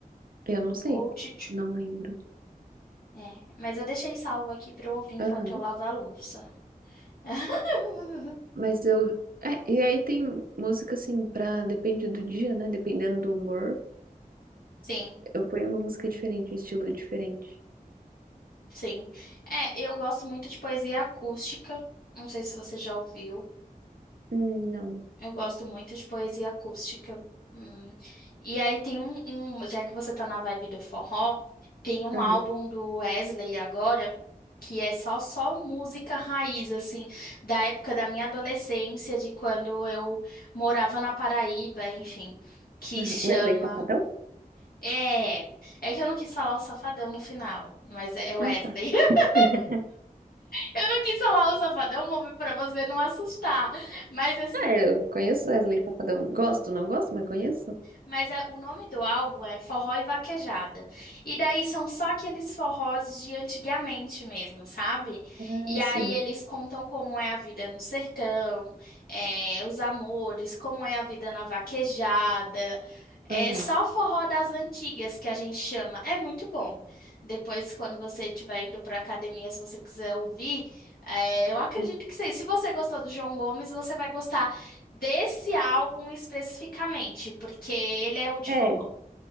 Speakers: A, on the right (about 70°); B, on the left (about 80°).
A: Eu não sei,
B: Ou to
A: não lembro.
B: É. Mas eu deixei salvo aqui pra eu ouvir enquanto
A: Aham,
B: eu lavo a louça. <laughs>
A: Mas eu. É, e aí tem música assim pra. Depende do dia, né? Dependendo do humor.
B: Sim,
A: Eu ponho uma música diferente, um estilo diferente.
B: sim. É, eu gosto muito de poesia acústica. Não sei se você já ouviu.
A: Hum, não.
B: Eu gosto muito de poesia acústica. Hum. E aí tem um, um- já que você tá na vibe do forró, tem um
A: Aham,
B: álbum do Wesley agora que é só só música raiz assim, da época da minha adolescência, de quando eu morava na Paraíba, enfim, que
A: aham.
B: chama
A: Wesley Safadão?
B: É, é que eu não quis falar o Safadão no final, mas é Wesley.
A: Ah, tá.
B: <laughs>
A: <laughs>
B: Eu não quis falar o Safadão, homem, pra você não assustar. Mas assim,
A: Ah, eu conheço Wesley Safadão. Gosto, não gosto, mas conheço.
B: Mas é- o nome do álbum é Forró e Vaquejada. E daí são só aqueles forrós de antigamente mesmo, sabe?
A: Ah,
B: E aí
A: sim.
B: eles contam como é a vida no sertão, é, os amores, como é a vida na vaquejada.
A: Aham.
B: É só forró das antigas que a gente chama. É muito bom. Depois, quando você estiver indo para academia, se você quiser ouvir, é, eu acredito
A: Hum.
B: que sim. Se você gostou do João Gomes, você vai gostar Desse álbum especificamente, porque ele é o de
A: É,
B: forró.